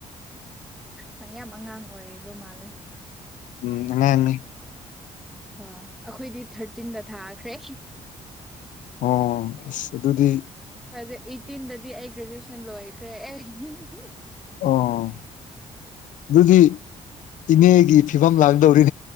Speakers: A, in the centre; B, on the left.
A: ꯅꯪ ꯌꯥꯝ ꯑꯉꯥꯡ ꯑꯣꯏꯔꯤꯞ ꯕꯥ ꯃꯥꯂꯦ
B: ꯎꯝ ꯑꯉꯥꯡꯅꯤ
A: ꯍꯣꯏ ꯑꯈꯣꯏꯗꯤ ꯊꯥꯔꯇꯤꯟꯗ ꯊꯥꯈ꯭ꯔꯦ
B: ꯑꯣ ꯑꯁ ꯑꯗꯨꯗꯤ
A: ꯊꯥꯎꯖ ꯑꯩꯠꯇꯤꯟꯗꯥꯗꯤ ꯑꯩ ꯒ꯭ꯔꯦꯖꯨꯑꯦꯁꯟ ꯂꯣꯏꯈ꯭ꯔꯦ ꯑꯩ
B: ꯑꯣ ꯗꯨꯗꯤ ꯏꯅꯦꯒꯤ ꯐꯤꯕꯝ ꯂꯥꯛꯗꯧꯔꯤ